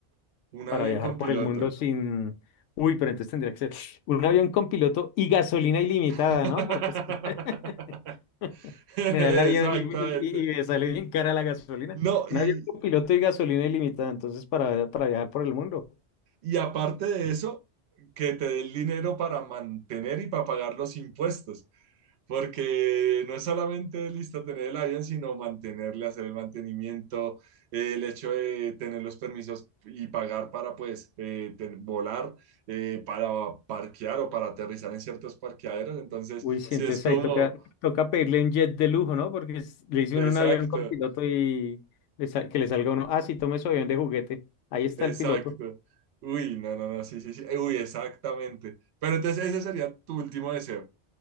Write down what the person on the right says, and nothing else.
un
avión
con
piloto.
<laughs>
<laughs> Exactamente.
No,
y,
y aparte de eso, que te dé el dinero para mantener y para pagar los impuestos. Porque no es solamente listo tener el avión, sino mantenerle, hacer el mantenimiento, eh, el hecho de tener los permisos y pagar para pues eh, ten- volar, eh, para parquear o para aterrizar en ciertos parqueaderos. Entonces,
sí
es como,
exacto.
Exacto.
Uy, no, no, no, sí, sí, sí. Eh, Uy, exactamente. Pero entonces ese sería tu último deseo.